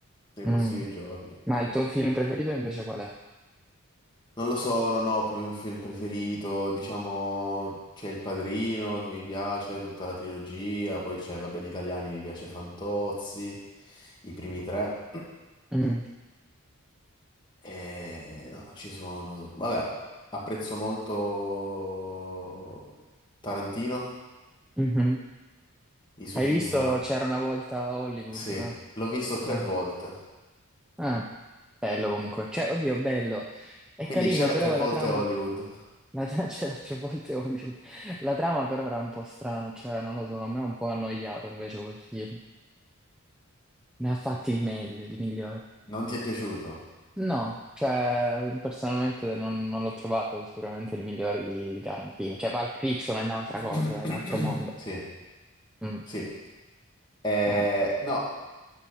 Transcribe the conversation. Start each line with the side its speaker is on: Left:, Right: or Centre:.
Left: nei prossimi
Centre: Mm.
Left: giorni.
Centre: Ma
Left: Non
Centre: il tuo
Left: lo so,
Centre: film preferito invece qual è?
Left: Non lo so, non ho proprio un film preferito. Diciamo, c'è Il Padrino che mi piace, tutta la trilogia. Poi c'è, vabbè, di italiani mi piace Fantozzi, i primi tre.
Centre: Mm,
Left: Eh, no, ci sono. so- Vabbè, apprezzo molto Tarantino,
Centre: mhm.
Left: i suoi
Centre: Hai
Left: film.
Centre: visto C'era una volta a Hollywood,
Left: Sì,
Centre: là?
Left: l'ho visto tre
Centre: Ah,
Left: volte.
Centre: ah, bello comunque. Cioè, oddio, bello. È
Left: Quindi
Centre: carino,
Left: c'era
Centre: però
Left: tre volte
Centre: la trama...
Left: Hollywood.
Centre: Ma già c'era tre <laughs> volte Hollywood. La trama però era un po' strana, cioè non lo so, a me è un po' annoiato invece quel film. Ne ha fatti di meglio, di migliori.
Left: Non ti è piaciuto?
Centre: No, cioè personalmente non, non l'ho trovato sicuramente il migliore di Tarantino. Cioè Pulp Fiction è un'altra
Left: <coughs>
Centre: cosa, dai, è un altro mondo.
Left: <clears throat> Sì,
Centre: Mm,
Left: sì. Eh,
Centre: eh,
Left: no.